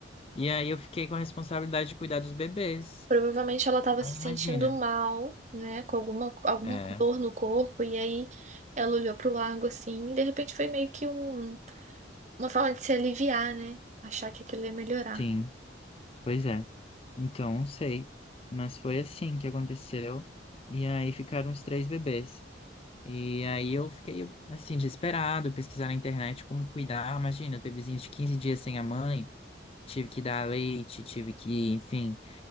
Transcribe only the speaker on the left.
E aí eu fiquei com a responsabilidade de cuidar dos bebês.
Aí
imagina.
É,
Sim, pois é. Então, não sei. Mas foi assim que aconteceu. E aí ficaram os três bebês. E aí eu fiquei, assim, desesperado, pesquisar na internet como cuidar. Imagina, bebezinho de 15 dias sem a mãe, tive que dar leite, tive que, enfim.